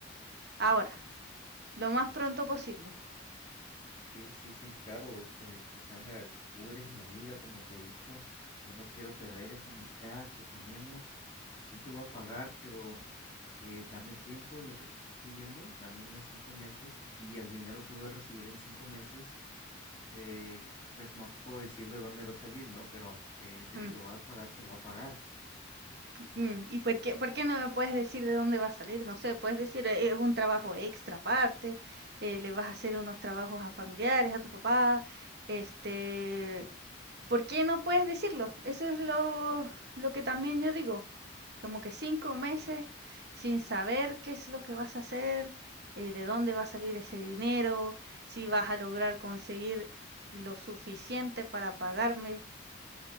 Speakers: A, on the right; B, on the left.
A: ahora, lo más pronto posible.
B: Sí, sí, sí, claro, este, Sandra, tú eres mi amiga, como te he dicho. Yo no quiero perder esta amistad que tenemos. Sí te voy a pagar, pero eh, dame tiempo de lo que te estoy pidiendo, dame unos cinco meses y el dinero que voy a recibir en cinco meses eh, pues no te puedo decir de dónde va a salir, ¿no? Pero eh, de
A: Mm,
B: que te voy a pagar, te voy a pagar.
A: mm. ¿Y por qué, por qué no me puedes decir de dónde va a salir? No sé, puedes decir, eh, es un trabajo extra aparte, eh, le vas a hacer unos trabajos a familiares, a tu papá, este, ¿Por qué no puedes decirlo? Eso es lo, lo que también yo digo. Como que 5 meses sin saber qué es lo que vas a hacer, eh, de dónde va a salir ese dinero, si vas a lograr conseguir lo suficiente para pagarme.